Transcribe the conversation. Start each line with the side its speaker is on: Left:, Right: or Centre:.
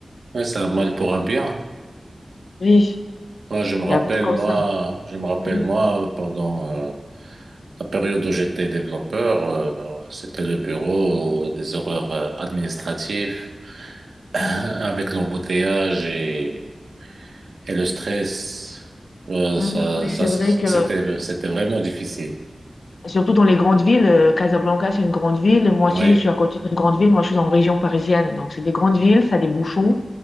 Right: Ouais, c'est un mal pour un bien.
Left: Oui,
Right: Moi, je me rappelle,
Left: et après, comme
Right: moi,
Left: ça.
Right: je me rappelle,
Left: Mhm.
Right: moi, pendant euh, la période où j'étais développeur, euh, ben, c'était le bureau, euh, des horaires euh, administratifs, <laughs> <clears throat>
Left: Mhm.
Right: avec l'embouteillage et Et le stress, ouais,
Left: Mhm.
Right: ça,
Left: Oui,
Right: ça,
Left: c'est
Right: c'était,
Left: vrai que,
Right: c'était vraiment difficile.
Left: surtout dans les grandes villes, euh, Casablanca, c'est une grande ville. Moi
Right: Oui.
Left: aussi, je suis à côté d'une grande ville. Moi, je suis en région parisienne. Donc, c'est des grandes villes, ça a des bouchons.